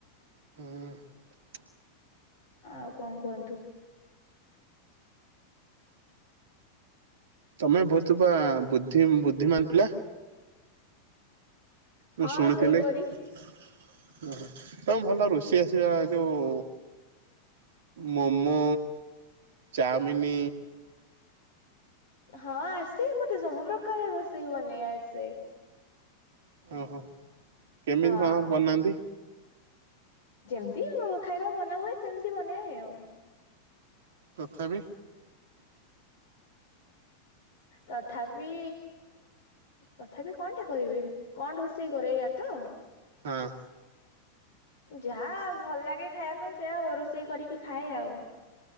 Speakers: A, on the right; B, on the left.
A: ହୁଁ।
B: ଆଉ କଣ କୁହନ୍ତୁ।
A: ତମେ ବହୁତ ପା ବୁଦ୍ଧି ବୁଦ୍ଧିମାନ ପିଲା। ମୁଁ
B: ହଁ
A: ଶୁଣିଥିଲି
B: ସେଇପରି
A: ଉହୁଁ ତମକୁ ଭଲ ରୋଷେଇ ଆସେ ବା ଏଇ ଯୋଉ ମୋମୋ ଚାଉମିନ।
B: ହଁ ଆସେ ମତେ ସବୁ ପ୍ରକାର ରୋଷେଇ ବନେଇ ଆସେ।
A: ଓହୋ କେମିତି
B: ହଁ
A: କଣ ବନାନ୍ତି।
B: ଯେମିତି ଖାଇବା ବନା ହୁଏ ସେମିତି ବନାଏ ଆଉ।
A: ତଥାବି।
B: ତଥାବି। ତଥାପି କଣ ଟେ କହିବି କଣ ରୋଷେଇ କରେ ଏଇୟଆ ତ।
A: ହଁ।
B: ଯାହା ଭଲ ଲାଗେ ଖାଇବା ପାଇଁ ସେଆ ରୋଷେଇ କରିକି ଖାଏ ଆଉ।